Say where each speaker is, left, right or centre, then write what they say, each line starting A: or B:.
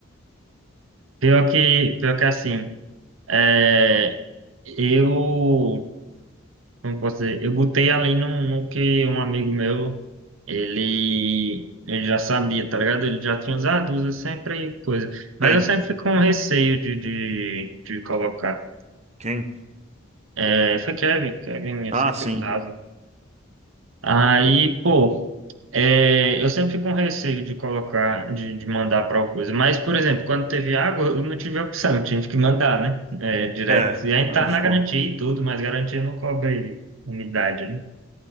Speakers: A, on the right (about 80°); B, on the right (about 35°).
A: Pior que, pior que assim, é, eu como posso dizer, eu botei ali no, no que um amigo meu, ele, ele já sabia, tá ligado? Ele já tinha usado, usa sempre coisa. Mas
B: Quem?
A: eu sempre fico com receio de, de, de colocar.
B: Quem?
A: É, foi Kevin, Kevin eu
B: Ah,
A: sempre
B: sim.
A: usava. Aí, pô, é, eu sempre fico com receio de colocar, de, de mandar para alguma coisa. Mas, por exemplo, quando teve água, eu não tive opção, eu tive que mandar, né? É, direto.
B: É,
A: E aí tá
B: é foda.
A: na garantia e tudo, mas garantia não cobre umidade, né?